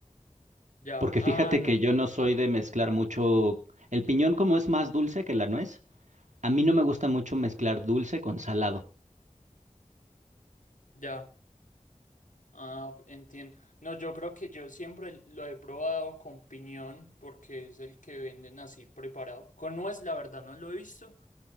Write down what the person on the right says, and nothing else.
porque
fíjate
que yo
no soy de mezclar mucho. El piñón como es más dulce que la nuez, a mí no me gusta mucho mezclar dulce con salado.